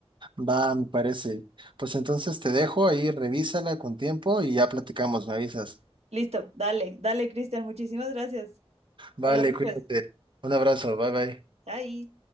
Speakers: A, on the right; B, on the right.
A: Va, me parece. Pues entonces te dejo ahí, revísala con tiempo y ya platicamos, me avisas.
B: Listo, dale, dale, Cristian, muchísimas gracias.
A: Vale,
B: Hablamos
A: cuídate.
B: pues.
A: Un abrazo, bye bye.
B: Chai.